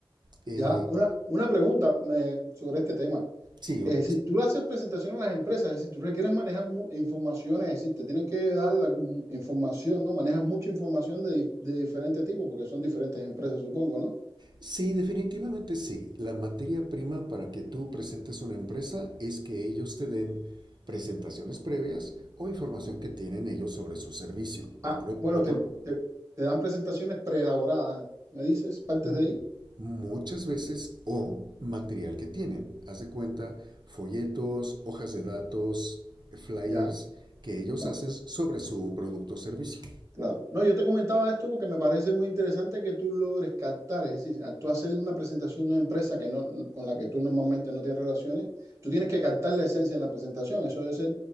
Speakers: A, on the right (about 55°); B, on the right (about 35°).
A: Eh,
B: Ya, una, una pregunta me- sobre este tema.
A: sí, o-
B: Es decir, tú le haces presentaciones a las empresas, es decir, tú requieres manejar mu- informaciones, es decir, te tienen que dar la mu- información, ¿no? Manejas mucha información de, di- de diferentes tipos, porque son diferentes empresas, supongo, ¿no?
A: Sí, definitivamente sí. La materia prima para que tú presentes una empresa es que ellos te den presentaciones previas o información que tienen ellos sobre su servicio o,
B: Ah,
A: pro-
B: bueno,
A: o
B: te,
A: pro-
B: te, te dan presentaciones preelaboradas, ¿me dices? Partes
A: m-
B: de ahí,
A: muchas veces o material que tienen. Haz de cuenta, folletos, hojas de datos, flyers
B: ya.
A: que ellos
B: No,
A: hacen sobre su producto o servicio.
B: Claro. No, yo te comentaba esto porque me parece muy interesante que tú logres captar, es decir, al tú hacer una presentación de una empresa que no, con la que tú normalmente no tienes relaciones, tú tienes que captar la esencia en la presentación. Eso debe ser-